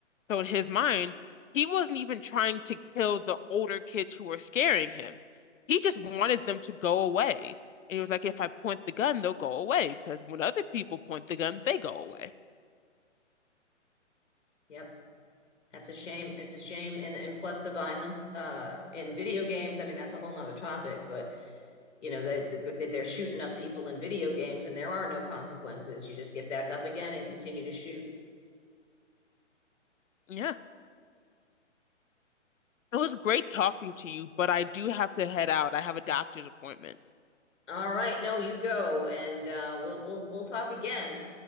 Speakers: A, on the left (about 80°); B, on the left (about 65°).
A: So in his mind, he wasn't even trying to kill the older kids who were scaring him. He just wanted them to go away. And he was like, if I point the gun, they'll go away. Because when other people point the gun, they go away.
B: yep that's a shame it's a shame and and plus the violence uh in video games i mean that's a whole nother topic but you know they, they they're shooting up people in video games and there are no consequences you just get back up again and continue to shoot
A: Yeah. It was great talking to you, but I do have to head out. I have a doctor's appointment.
B: all right no you go and uh we'll we'll we'll talk again